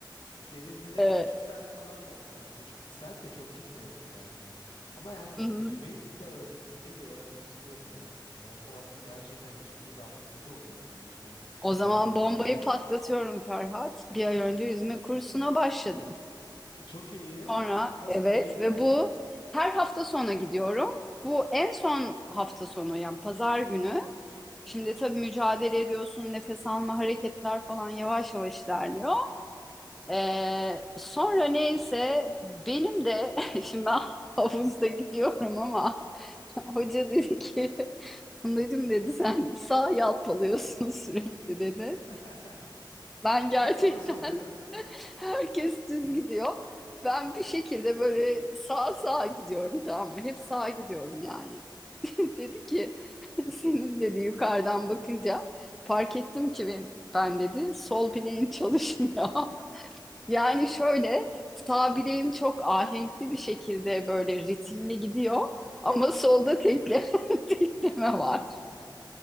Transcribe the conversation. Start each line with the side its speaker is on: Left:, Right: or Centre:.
Left: Deniz bize
Centre: Evet.
Left: bir buçuk saat falan da aslında bir buçuk iki saat de çok gitmiyorduk yani. Ama yani
Centre: Hı-hı.
Left: yüzmeyi de öğ- yüzmeyi de öğrenmek istiyorum ya. Yani o tarafta gerçekten ciddi bir aktivite oluyor yani yüzme.
Centre: O zaman
Left: Hani
Centre: bombayı patlatıyorum Ferhat. Bir ay önce yüzme kursuna başladım.
Left: çok iyi.
Centre: Sonra
Left: Nasıl
Centre: evet
Left: gidiyor?
Centre: ve bu her hafta sonu gidiyorum. Bu en son hafta sonu yani pazar günü. Şimdi tabii mücadele ediyorsun, nefes alma, hareketler falan yavaş yavaş ilerliyor. Ee, sonra neyse benim de <laughs> şimdi ben havuzda gidiyorum ama <laughs> hoca dedi ki Fındacığım dedi sen sağ yalpalıyorsun <laughs> sürekli dedi.
Left: <laughs>
Centre: Ben gerçekten
Left: O nasıl oluyor?
Centre: <laughs> herkes düz gidiyor. Ben bir şekilde böyle sağa sağa gidiyorum tamam mı? Hep sağa gidiyorum yani. <laughs> Dedi ki <laughs> Senin dedi yukarıdan bakınca fark ettim ki ben, ben dedi sol bileğin çalışmıyor. <laughs> Yani şöyle sağ bileğim çok ahenkli bir şekilde böyle ritimli gidiyor ama solda tekle, <laughs> tekleme var.
Left: <laughs>